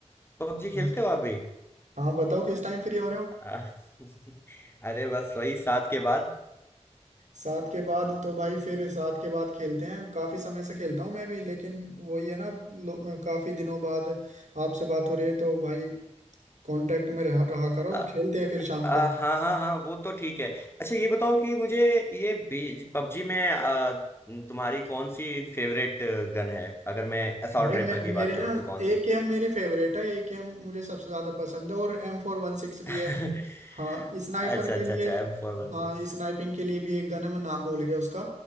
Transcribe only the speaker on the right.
हाँ
हाँ बताओ किस टाइम फ्री हो रहे हो
सात के बाद तो भाई फिर सात के बाद खेलते हैं काफी समय से खेलता हूँ मैं भी लेकिन वही है ना लो- काफी दिनों बाद आपसे बात हो रही है तो भाई कांटेक्ट में रहा, रहा करो
खेलते हैं फिर शाम
को
भाई
मैं
मेरे
ना
ए
गेम मेरी फेवरेट है ए गेम मुझे सबसे ज्यादा पसंद है और एम फोर वन सिक्स
भी है हाँ स्नाइपर
के
लिए
हाँ
स्नाइपिंग के लिए भी एक गन है मैं नाम भूल गया उसका